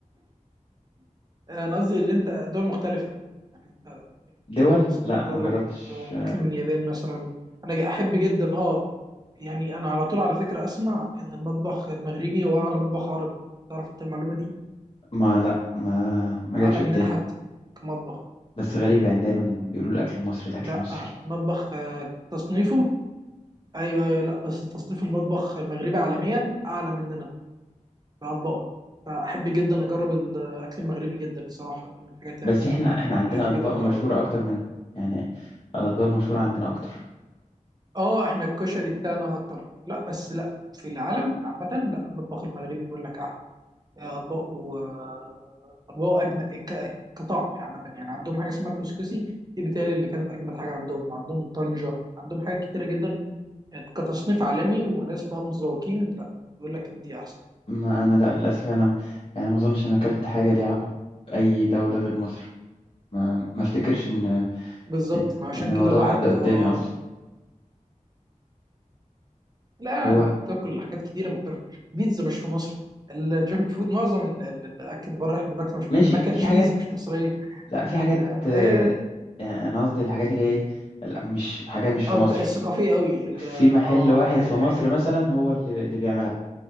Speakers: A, on the right; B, on the left.
A: انا قصدي اللي انت دول مختلفه يعني انت
B: دول
A: تحب مثلا
B: لا
A: تجرب
B: ما جربتش
A: آه، اكل من اليابان مثلا انا ج- احب جدا اه يعني انا على طول على فكره اسمع ان المطبخ المغربي هو اعلى مطبخ عربي تعرف انت المعلومه دي
B: ما لا ما ما جاتش
A: اعلى
B: قدامي
A: مننا حتى كمطبخ
B: بس غريبة يعني دايما بيقولوا الأكل المصري الأكل
A: لا
B: المصري
A: المطبخ آه، تصنيفه ايوه ايوه لا بس تصنيف المطبخ المغربي عالميا اعلى من بأطباقهم فأحب جدا أجرب الأكل المغربي جدا الصراحة دي من الحاجات يعني
B: بس
A: اللي
B: احنا احنا عندنا
A: أحب
B: اطباق
A: جدا
B: مشهوره
A: أجربها
B: اكتر منهم يعني الاطباق المشهوره عندنا اكتر
A: أه إحنا الكشري بتاعنا أكتر لا بس لا في العالم عامة لا المطبخ المغربي بيقول لك أحلى آه، أطباقه آه، أطباقه أجمل ك- كطعم يعني عامة يعني عندهم حاجة اسمها كسكسي دي بتهيألي اللي كانت أجمل حاجة عندهم عندهم طنجة عندهم حاجات كتيرة جدا آه، كتصنيف عالمي وناس بقى متذوقين لا بيقول لك إن دي أحسن
B: ما انا لا للاسف انا يعني ما اظنش ان أنا اكلت حاجه ليها علاقه باي دوله غير مصر ما ما افتكرش ان
A: بالظبط
B: ان
A: ما عشان
B: ان الموضوع
A: كده الواحد
B: عدى قدامي
A: اه
B: اصلا
A: لا
B: هو
A: انت بتاكل حاجات كتيره مختلفه بيتزا مش في مصر الجنك فود معظم ال- ال- الاكل بره احنا بناكله مش
B: ماشي
A: مصري ماكن
B: في
A: تشيز
B: حاجات
A: مش مصريه
B: لا في
A: ال-
B: حاجات آه،
A: هي
B: يعني انا قصدي الحاجات اللي هي إيه، لا مش حاجه مش في
A: اه
B: مصر
A: انت الثقافيه قوي ال-
B: في
A: ال-
B: محل
A: اه
B: واحد
A: ايوه
B: في مصر
A: ايوه ايوه
B: مثلا هو اللي اللي بيعملها